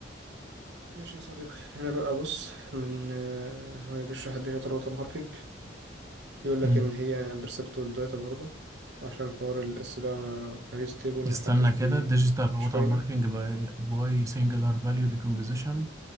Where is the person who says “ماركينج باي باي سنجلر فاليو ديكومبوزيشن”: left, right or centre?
Right